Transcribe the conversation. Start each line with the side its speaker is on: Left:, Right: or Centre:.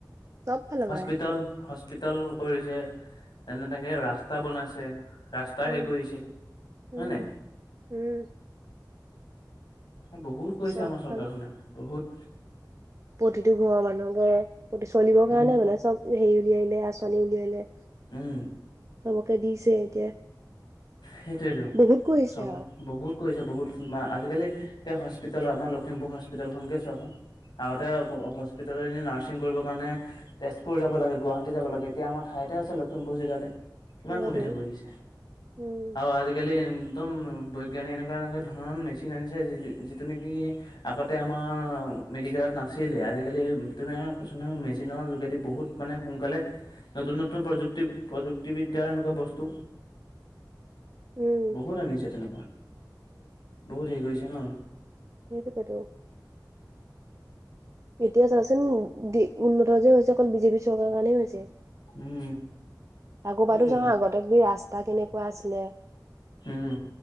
Right: চব ফালৰ
Left: হস্পিতল
Right: পৰাই
Left: হস্পিতাল কৰিছে, তেনে তেকে ৰাস্তা বনাইছে। ৰাস্তা
Right: উম
Left: হেৰি কৰিছে। হয়
Right: উম
Left: নাই?
Right: উম
Left: বহুত কৰিছে
Right: চব
Left: আমাৰ চৰকাৰখনে
Right: ফাল
Left: বহুত।
Right: প্ৰতিটো ঘৰৰ মানুহকে প্ৰতি চলিবৰ
Left: উম
Right: কাৰণে মানে চব হেৰি উলিয়াইলে আঁচনি উলিয়াইলে।
Left: উম।
Right: চবকে দিছে এতিয়া।
Left: সেইটোয়েইতো।
Right: বহুত কৰিছে
Left: চৰকাৰে
Right: আৰু
Left: বহুত কৰিছে বহুত, আজিকালি এতিয়া হস্পিতালৰ আমাৰ লখিমপুৰ হস্পিতলখনকে চোৱাচোন। আগতে উ, হস্পি হস্পিতালত এ, নাৰ্ছিং কৰিবৰ কাৰণে তেজপুৰ যাব লাগে, গুৱাহাটী যাব লাগে, এতিয়া আমাৰ ঠাইতে আছে লখিমপুৰ জিলাতে। কিমান
Right: সিহঁতো
Left: সুবিধা কৰি দিছে
Right: উম
Left: আৰু আজিকালি একদম বৈজ্ঞানিক এনেকুৱা এনেকুৱা ধৰণৰ মেচিন আনিছে যি-যিটো নেকি আগতে আমাৰ মেডিকেলত নাছিলে। আজিকালি তুমি কৈছোঁ নহয় মেচিনৰ যোগেদি বহুত মানে সোনকালে নতুন নতুন প্ৰযুক্তি প্ৰযুক্তিবিদ্যাৰ এনেকুৱা বস্তু।
Right: উম
Left: বহুত আনিছে তেনেকুৱা, বহুত হেৰি কৰিছে ন'?
Right: হেইটোকেতো। এতিয়া চাচোন দি উন্নত যে হৈছে অকল বিজেপি চৰকাৰৰ কাৰণেই হৈছে।
Left: উম।
Right: আগৰবাৰতো
Left: সেইটোৱেতো
Right: চা আগতে ৰাস্তা কেনেকুৱা আছিলে।
Left: উম